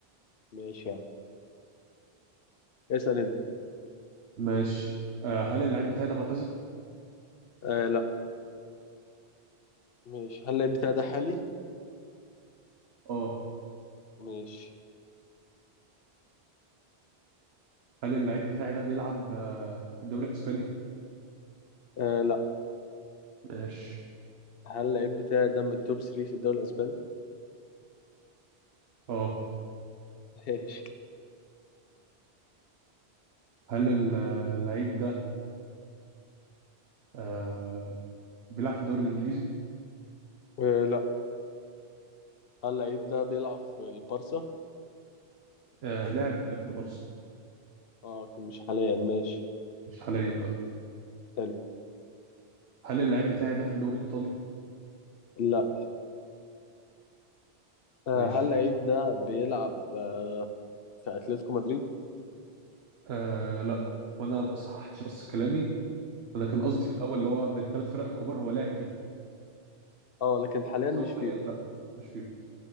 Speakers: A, on the left; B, on the right.
A: ماشي يا عم اسأل انت
B: ماشي آه هل اللعيب بتاعي ده معتزل؟
A: آه لا ماشي هل اللعيب بتاعي ده حالي؟
B: اه
A: ماشي
B: هل اللعيب بتاعي ده بيلعب آه في الدوري الاسباني؟
A: آه لا
B: ماشي
A: هل اللعيب بتاعي ده من التوب 3 في الدوري الاسباني؟
B: اه
A: ماشي
B: هل ال- آه، اللعيب ده آه بيلعب في الدوري الانجليزي؟
A: آه، لا هل لعيب ده بيلعب في البارسا؟
B: آه لعب في البورصة
A: اه لكن مش حاليا ماشي
B: مش حاليا لا
A: حلو
B: هل اللعيب بتاعي ده في الدوري الايطالي؟
A: لا آه،
B: ماشي
A: هل لعيب ده بيلعب آه، في اتلتيكو مدريد؟
B: آه لا وانا ما صححتش بس كلامي انا كان
A: مم.
B: قصدي في الاول اللي هو من الثلاث فرق الكبار هو لاعب فيهم
A: اه لكن حاليا
B: بس
A: مش
B: هو حاليا
A: فيه
B: لا مش فيهم